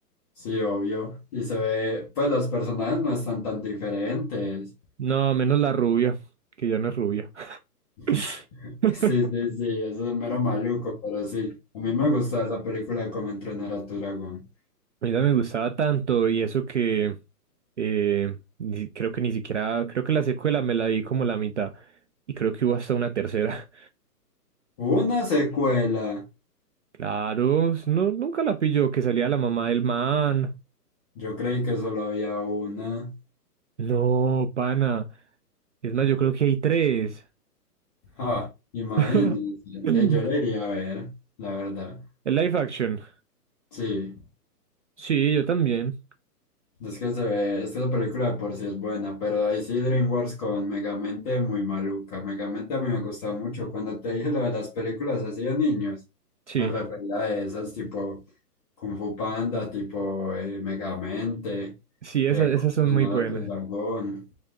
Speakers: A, on the left; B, on the right.
A: Sí, obvio. Y se ve, pues los personajes no están tan diferentes.
B: No, menos la rubia, que ya no es rubia.
A: <laughs>
B: <laughs>
A: Sí, sí, sí, eso es mero maluco, pero sí. A mí me gusta esa película de Cómo entrenar a tu dragón.
B: Mira, me gustaba tanto y eso que eh, ni- creo que ni siquiera, creo que la secuela me la di como la mitad y creo que hubo hasta una tercera.
A: Una secuela.
B: Claro, no, nunca la pilló que salía la mamá del man.
A: Yo creí que solo había una.
B: No, pana. Es más, yo creo que hay tres.
A: Ah, imagínense.
B: <laughs> El
A: Eh, yo la iría a ver, la verdad.
B: live action.
A: Sí,
B: Sí, yo también.
A: es que se ve, es que la película de por sí es buena, pero ahí sí DreamWorks con Megamente muy maluca. Megamente a mí me gusta mucho. Cuando te dije lo de las películas así de niños,
B: Sí,
A: me refería a esas tipo Kung Fu Panda, tipo eh, Megamente,
B: sí, esas,
A: eh, Cómo
B: esas son
A: entrenar
B: muy buenas.
A: a tu dragón.